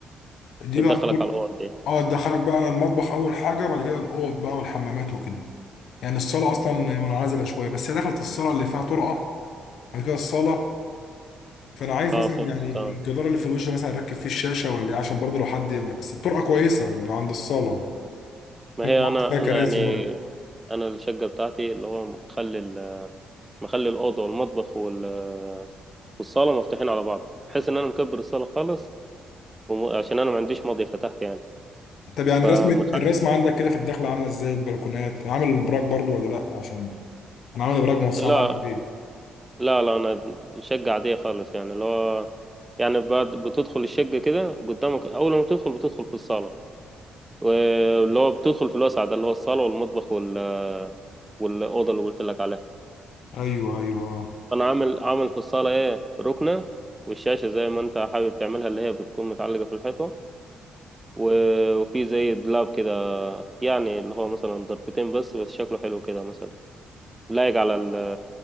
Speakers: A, on the left; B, on the right.
A: دي
B: بتدخلك
A: بقى
B: على الأوض دي
A: اه تدخلك بقى المطبخ اول حاجه بعد كده الاوض بقى والحمامات وكده يعني الصاله اصلا منعزله شويه بس هي دخلت الصاله اللي فيها طرقه بعد كده الصاله فانا عايز
B: اه
A: مثلا
B: فهمتك
A: يعني
B: اه
A: الجدار اللي في الوش مثلا اركب فيه الشاشه ولا إيه، عشان برضه لو حد بس الطرقه كويسه اللي عند الصاله
B: ما
A: ممكن
B: هي
A: احط
B: أنا
A: فيها كراسي
B: أنا يعني
A: برضه
B: أنا الشقة بتاعتي اللي هو مخلي ال- مخلي الأوضة والمطبخ وال- والصالة مفتوحين على بعض بحيث إن أنا مكبر الصالة خالص وم- عشان أنا ما عنديش ماضي فتحت يعني
A: طب يعني
B: فمخ...
A: رسمة الرسمة عندك كده في الدخلة عاملة ازاي البلكونات؟ عامل البراك برضو ولا لا؟ عشان انا عامل براك موسعة
B: لا
A: معاك ليه؟
B: لا لا أنا شقة عادية خالص يعني اللي هو يعني بعد بتدخل الشقة كده قدامك أول ما تدخل بتدخل في الصالة واللي هو بتدخل في الوسع ده اللي هو الصالة والمطبخ وال والأوضة اللي قلت لك عليها
A: ايوه ايوه آه.
B: فأنا عامل عامل في الصالة إيه ركنة والشاشة زي ما أنت حابب تعملها اللي هي بتكون متعلقة في الحيطة و- وفي زي دولاب كده يعني اللي هو مثلا ضرفتين بس بس شكله حلو كده مثلا لايق على ال